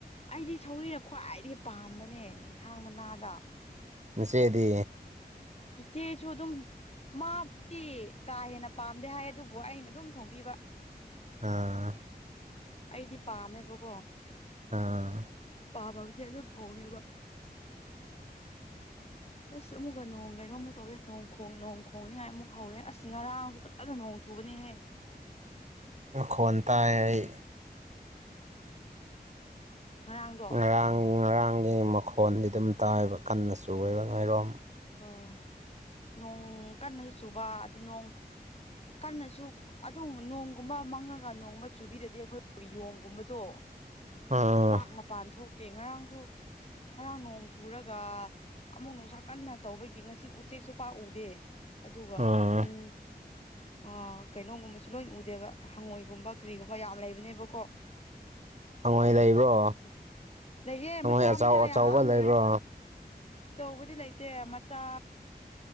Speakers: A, on the left (about 40°); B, on the right (about 45°).
A: ꯑꯩꯗꯤ ꯁꯧꯒ꯭ꯔꯤꯅ ꯈ꯭ꯋꯥꯏꯗꯒꯤ ꯄꯥꯝꯕꯅꯦ ꯑꯦꯟꯁꯥꯡ ꯃꯅꯥꯗ
B: ꯅꯆꯦꯗꯤ
A: ꯏꯆ‌ꯦꯁꯨ ꯑꯗꯨꯝ ꯃꯥꯕꯨꯗꯤ ꯀꯥ ꯍꯦꯟꯅ ꯄꯥꯝꯗꯦ ꯍꯥꯏ ꯑꯗꯨꯕꯨ ꯑꯩꯅ ꯑꯗꯨꯝ ꯊꯣꯡꯕꯤꯕ
B: ꯑꯥ
A: ꯑꯩꯗꯤ ꯄꯥꯝꯃꯦꯕꯀꯣ
B: ꯑꯥ
A: ꯄꯥꯝꯃꯗꯤ ꯑꯗꯨꯝ ꯊꯣꯡꯉꯦꯕ
B: <inaudible>
A: ꯑꯁ ꯑꯃꯨꯛꯀ ꯅꯣꯡ ꯀꯩꯅꯣ ꯑꯃꯨꯛ ꯇꯧꯔꯦ ꯅꯣꯡ ꯈꯣꯡ ꯅ‌ꯣꯡ ꯈ‌ꯣꯡꯅꯤ ꯍꯥꯏ ꯑꯃꯨꯛ ꯍꯧꯔꯦ ꯑꯁ ꯉꯔꯥꯡꯁꯨ ꯑꯗꯨ ꯅꯣꯡ ꯆꯨꯕꯅꯤꯍꯦ
B: ꯅꯪ ꯈꯣꯟ ꯇꯥꯏ ꯑꯩ
A: ꯉꯔꯥꯡꯗꯣ
B: ꯉꯔꯥꯡ ꯉꯔꯥꯡꯒꯤ ꯃꯈꯣꯟꯗꯤ ꯑꯗꯨꯝ ꯇꯥꯏꯕ ꯀꯟꯅ ꯆꯨꯌꯦꯕꯥ ꯅꯣꯏꯔꯣꯝ
A: ꯍꯣꯏ ꯅꯣꯡ ꯀꯟꯅꯁꯨ ꯆꯨꯕ ꯑꯗꯨ ꯅꯣꯡ ꯀꯟꯅꯁꯨ ꯑꯗꯣ ꯅꯣꯡꯒꯨꯝꯕ ꯃꯪꯉꯒ ꯅꯣꯡꯒꯨꯝꯕ ꯆꯨꯕꯤꯔꯗꯤ ꯑꯩꯈꯣꯏ ꯌꯣꯡꯒꯨꯝꯕꯗꯣ
B: ꯑꯥ
A: ꯄꯥꯛ ꯃꯄꯥꯟ ꯊꯣꯛꯇꯦ ꯉꯔꯥꯡꯁꯨ ꯉꯔꯥꯡ ꯅꯣꯡ ꯆꯨꯔꯒ ꯑꯃꯨꯛ ꯅꯨꯡꯁꯥ ꯀꯟꯅ ꯇꯧꯕꯒꯤ ꯉꯁꯤ ꯎꯆꯦꯛꯁꯨ ꯄꯥꯛ ꯎꯗꯦ ꯑꯗꯨꯒ
B: ꯑꯥ
A: ꯎꯝ ꯑ ꯀꯩꯅꯣꯒꯨꯝꯕꯁꯨ ꯂꯣꯏ ꯎꯗꯦꯕ ꯍꯪꯉꯣꯏꯒꯨꯝꯕ ꯀꯔꯤꯒꯨꯝꯕ ꯌꯥꯝ ꯂꯩꯕꯅꯦꯕꯀꯣ
B: ꯍꯪꯉꯣꯏ
A: ꯑꯗꯨꯝꯕꯁꯨ
B: ꯂꯩꯕ꯭ꯔꯣ
A: ꯄꯥꯛ ꯎꯗꯦ ꯂꯩꯌꯦ
B: ꯍꯪꯉꯣꯏ
A: ꯃꯆꯥ
B: ꯑꯆꯧ
A: ꯃꯆꯥ
B: ꯑꯆꯧꯕ
A: ꯌꯥꯝ
B: ꯂꯩꯕ꯭ꯔꯣ
A: ꯂꯩꯌꯦ ꯑꯆꯧꯕꯗꯤ ꯂꯩꯇꯦ ꯃꯆꯥ